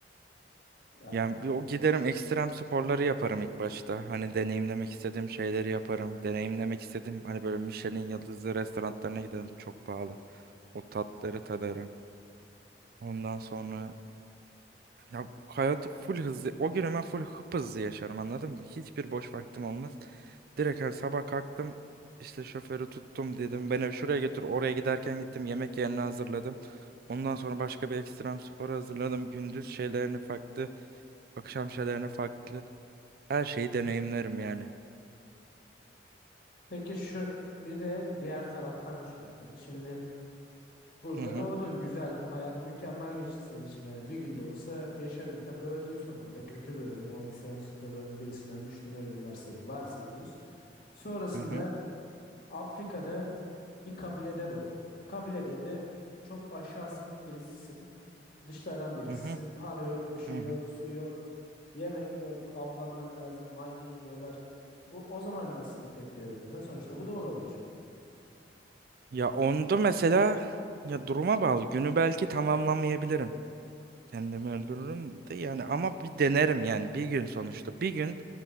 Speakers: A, on the left; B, on the right.
A: Yani
B: Yani bir o giderim ekstrem sporları yaparım ilk başta. Hani deneyimlemek istediğim şeyleri yaparım. Deneyimlemek istediğim hani böyle Michelin yıldızlı restoranlarına giderim. Çok pahalı. O tatları tadarım. Ondan sonra Ya hayatı full hızlı. O gün hemen full hıp hızlı yaşarım anladın mı? Hiçbir boş vaktim olmaz. Direkt her sabah kalktım. işte şoförü tuttum dedim. Beni şuraya
A: evet.
B: götür oraya giderken gittim. Yemek yerini hazırladım. Ondan sonra başka bir ekstrem sporu hazırladım. Gündüz şeylerini farklı. Akşam şeylerini farklı. Her şeyi deneyimlerim yani.
A: Peki şu bir de diğer taraftan düşünün tabii. Şimdi burada
B: Hı hı
A: doğdun güzel hayat mükemmel geçti senin için. Hani bir gün de olsa yaşadın tabii öldün sonunda kötü bir ölüm. O ekstrem sporların birisinden düştün öldün varsayın, varsayıyoruz. Sonrasında
B: hı hı
A: Afrika'da bir kabilede doğdun. Kabilede de çok aşağı sınıf birisisin. Dışlardan birisisin.
B: hı hı.
A: Para yok, bir şey
B: hı hı.
A: yok, su yok, yemek yok, avlanman lazım, maymun yiyorlar. Bu o zaman nasıl bir tepki verirdin sen? Sonuçta bu da olabilir.
B: Ya onda mesela ya duruma bağlı. Günü belki tamamlamayabilirim. Kendimi öldürürüm de yani ama bir denerim yani bir gün sonuçta. Bir gün